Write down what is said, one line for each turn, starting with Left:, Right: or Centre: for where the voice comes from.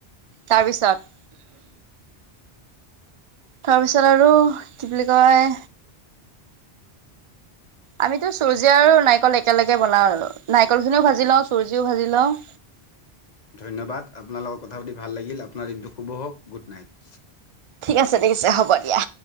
Right: তাৰপিছত? তাৰপিছত আৰু কি বুলি কয় আমিতো চুজি আৰু নাৰিকল একেলগে বনাওঁ আৰু। নাৰিকল খিনিও ভাজি লওঁ, চুজিও ভাজি লওঁ।
Left: ধন্যবাদ! আপোনাৰ লগত কথা পাতি ভাল লাগিল। আপোনাৰ দিনটো শুভ হওঁক। Good night.
Right: ঠিক আছে, ঠিক আছে হ'ব দিয়া।